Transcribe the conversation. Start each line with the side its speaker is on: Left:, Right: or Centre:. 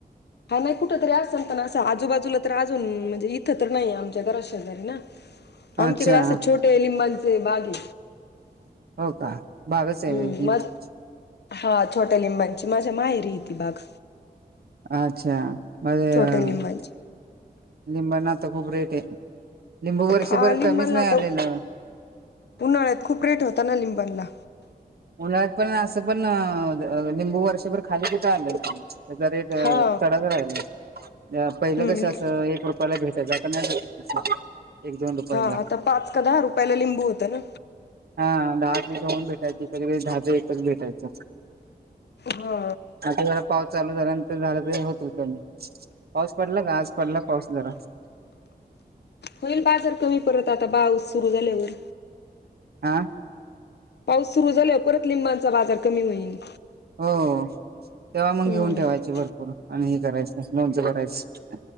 Left: हा नाही कुठ तरी असेल तर नां आजूबाजूला तर अजून म्हणजे ई ख तर नाही आमच्या घरा शेजारी ना
Right: अच्छा
Left: आमच्याकडे असं छोटे लिंबांचे बाग हे.
Right: हो का <unintelligible>
Left: हम्म मग हा छोट्या लिंबांची माझ्या मायरी ती बाग.
Right: अच्छा म्हज अ..
Left: छोट्या लिंबांची
Right: लिंबांना आता खूप रेट आहे लिंबू वर्षभर
Left: हा लिंबाणला
Right: कमीच नाही
Left: आता
Right: आलेल.
Left: उन्हाळ्यात खूप रेट होताना लिंबांला.
Right: उन्हाळ्यात पण, अ त्या पण लिंबू वर्षभर खाली कुठ आलेय त्याचा रेट चढच
Left: हा
Right: राहिलाय. पहिल
Left: हम्म
Right: कस असत रुपयाला भेटय <unintelligible> एक, दोन रुपयाला
Left: हा आता पाच का दहा रुपयाला लिंबू होतं ना
Right: हा दहा दोन भेटायचे कधी कधी दहाच एकच भेटायच
Left: हा
Right: आता पाऊस चालू झाल्यानंतर झालं तररी होत हो पाऊस पडला का आज. पडला पाऊस जरा.
Left: होईल बाजार कमी पडत आता पाऊस सुरु झाल्यावर.
Right: आा
Left: पाऊस सुरू झालं परत लिंबांचा बाजार कमी होईल.
Right: हो तेव्हा मग
Left: हम्म
Right: घेऊन ठेवायचे भरपूर आणि हे करायचं लोनच करायचं.